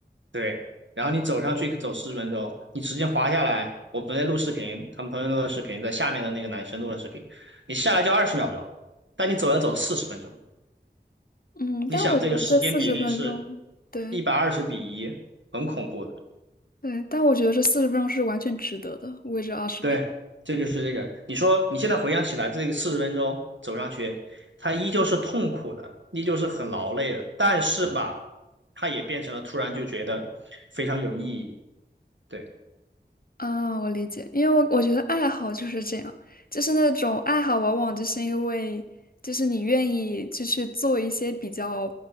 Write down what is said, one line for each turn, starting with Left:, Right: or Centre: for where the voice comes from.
Right: 对，然后你走上去走四十分钟，你直接滑下来。我昨天录视频，他们朋友录的视频，在下面的那个男生录的视频，你下来就二十秒钟，但你走要走四十分钟。
Left: 嗯，
Right: 你想这个时间比例是
Left: 但我觉得这四十分钟，对
Right: 一百二十比一，很恐怖的。
Left: 对，但我觉得这四十分钟是完全值得的，为这二十秒。
Right: 对，这就是这个。你说你现在回想起来，这个四十分钟走上去，它依旧是痛苦的，依旧是很劳累的，但是吧，它也变成了突然就觉得非常有意义。对，
Left: 啊，我理解，因为我我觉得爱好就是这样，就是那种爱好，往往就是因为就是你愿意就去做一些比较，